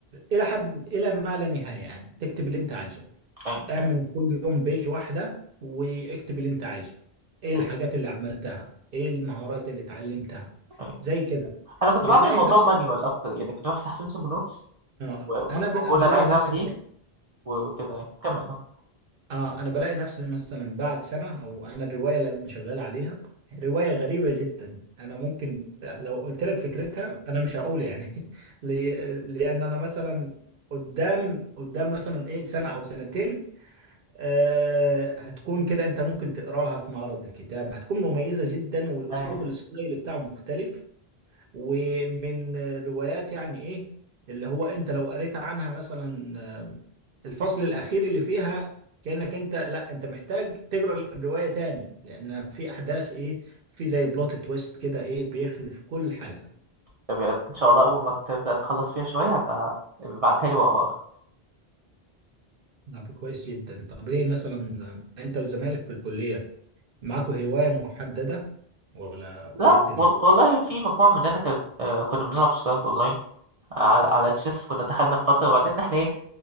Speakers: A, on the right (about 65°); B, on the right (about 45°).
A: إلى حد إلى ما لا نهاية يعني تكتب اللي أنت عايزه
B: ايوه
A: اعمل
B: ايوه
A: كل يوم بيج واحدة واكتب اللي أنت عايزه إيه الحاجات
B: ايوه
A: اللي عملتها إيه المهارات اللي اتعلمتها
B: أيوة.
A: زي كده
B: انا كنت
A: بتلاقي
B: بعمل الموضوع
A: نفسك
B: مانيوال اكتر يعني كنت بفتح سامسونج نوتس
A: آه،
B: و- وكنت
A: أنا
B: بقول
A: ب- بلاقي
B: انا عايز
A: نفسي
B: اعمل ايه و- وكده يعني كمل اه
A: اه انا بلاقي نفسي مثلا بعد سنه او انا الروايه اللي انا شغال عليها روايه غريبه جدا انا ممكن لو قلت لك فكرتها انا مش هقول يعني <laughs> ل- لان انا مثلا قدام قدام مثلا ايه سنه او سنتين آه هتكون كده انت ممكن تقراها في معرض الكتاب هتكون مميزه جدا والاسلوب
B: ايوه
A: الستايل بتاعه مختلف ومن روايات يعني ايه اللي هو انت لو قريت عنها مثلا آه، الفصل الاخير اللي فيها كأنك انت لا انت محتاج تقرا الرواية تاني لان في احداث ايه في زي بلوت تويست كده ايه بيخلف كل حاجة
B: طب يلا، ان شاء الله اول ما تبدا تخلص فيها شويه بقى ابعتها لي واقراها
A: طب كويس جدا طب ايه مثلا آه، انت وزمايلك في الكلية معاكوا هواية محددة ولا
B: لا
A: ولا ايه
B: وال-
A: الدنيا؟
B: والله في مجموعه مننا كان آه، كنا بنلعب شطرنج اونلاين على على تشيس كنا دخلنا في فتره وبعدين احنا ايه